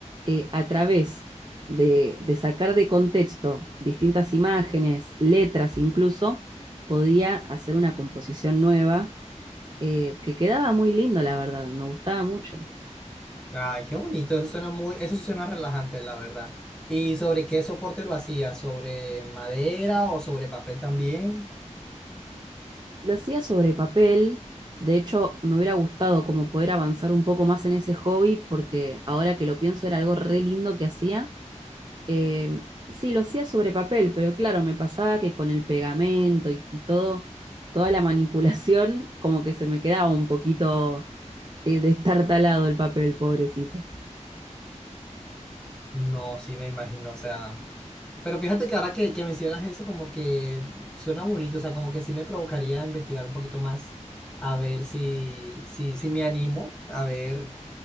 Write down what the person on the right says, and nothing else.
eh, a través de de sacar de contexto distintas imágenes, letras incluso, podía hacer una composición nueva eh, que quedaba muy lindo, la verdad, me gustaba mucho.
Lo hacía sobre papel, de hecho me hubiera gustado como poder avanzar un poco más en ese hobby porque ahora que lo pienso era algo re lindo que hacía. Eh, sí, lo hacía sobre papel, pero claro, me pasaba que con el pegamento y, y todo, toda la manipulación como que se me quedaba un poquito eh, destartalado el papel, pobrecito.